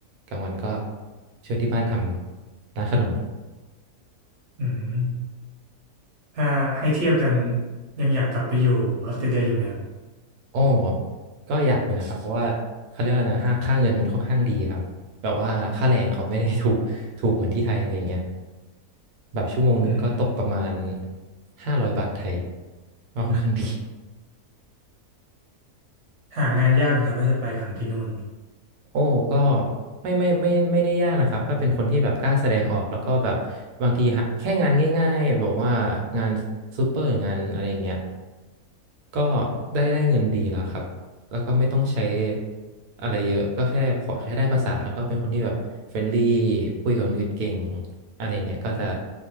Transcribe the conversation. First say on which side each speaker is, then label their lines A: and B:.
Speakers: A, on the right (about 80°); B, on the right (about 55°).
A: กลางวันก็ช่วยที่บ้านทำร้านขนม
B: อืมถ้าให้เทียบกันยังอยากกลับไปอยู่ออสเตรเลียอยู่ไหมครับ
A: โอ้ก็อยากอยู่นะครับเพราะว่าเขาเรียกว่านะค่าค่าเงินมันค่อนข้างดีครับ แบบว่าค่าแรงเขาไม่ได้ถูกถูกเหมือนที่ไทยอะไรอย่างเงี้ย แบบชั่วโมงหนึงก็ตกประมาณ
B: อืม
A: ห้าร้อยบาทไทยก็ค่อนข้างดี
B: หางานยากนะครับถ้าจะไปทำที่นู่น
A: โอ้ก็ไม่ไม่ไม่ไม่ได้ยากนะครับถ้าเป็นคนที่แบบกล้าแสดงออกแล้วก็แบบบางทีหาแค่งานง่ายๆแบบว่างานซูเปอร์งานอะไรอย่างเงี้ยก็ได้ได้เงินดีแล้วครับแล้วก็ไม่ต้องใช้อะไรเยอะก็แค่ขอแค่ได้ภาษาแล้วก็เป็นคนที่แบบเฟรนลี่คุยกับคนอื่นเก่งอะไรอย่างเงี้ยก็จะ